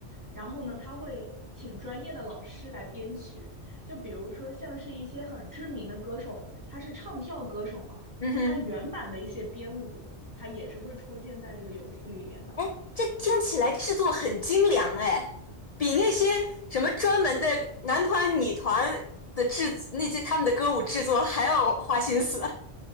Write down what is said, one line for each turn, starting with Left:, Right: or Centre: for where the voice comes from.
Right: 然后呢，它会请专业的老师来编曲。就比如说像是一些很知名的歌手，他是唱跳歌手嘛，
Left: 嗯哼。
Right: 那他原版的一些编舞，他也是会出现在这个游戏里面的。
Left: 哎，这听起来制作很精良哎，比那些什么专门的男团、女团的制作那些他们的歌舞制作还要花心思。